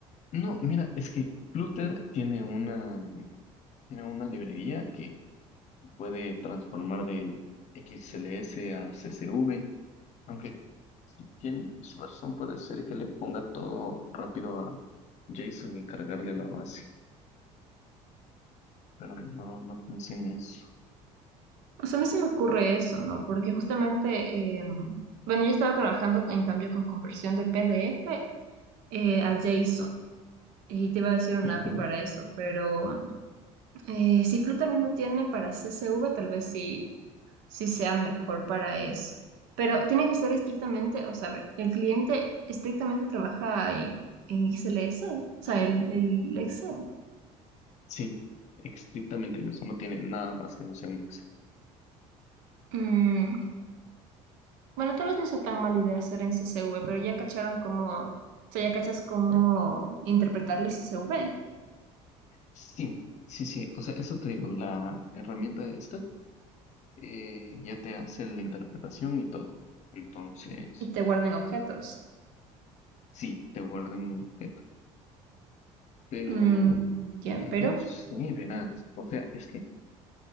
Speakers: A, on the left; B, on the right.
A: No, mira, es que Flutter tiene una, tiene una librería que puede transformar de XLS a CSV, aunque si tienes razón puede ser que le ponga todo rápido a JSON y cargarle a la base, pero no, no pensé en eso.
B: O sea, a mí se me ocurre eso, ¿no? Porque justamente, eh, bueno, yo estaba trabajando en cambio con conversión de PDF eh, a JSON y te iba a decir una
A: Ajá.
B: API para eso, pero Eh, si Flutter mismo tiene para CSV, tal vez sí, sí sea mejor para eso. Pero tiene que ser estrictamente, o sea, a ver, el cliente estrictamente trabaja en, en XLS, o sea, el, el Excel.
A: Sí, estrictamente en eso, no tiene nada más que no sea un Excel.
B: Mm, bueno, tal vez no sea tan mala idea hacer en CSV, pero ya cacharon cómo, o sea, ya cachas cómo interpretarle CSV
A: Sí, sí, sí, o sea, eso te digo, la herramienta esta eh, ya te hace la interpretación y todo. Entonces,
B: y te guardan objetos.
A: sí, te guarda en un objeto. pero
B: Mm, ya,
A: no
B: pero
A: sé, verás. O sea, es que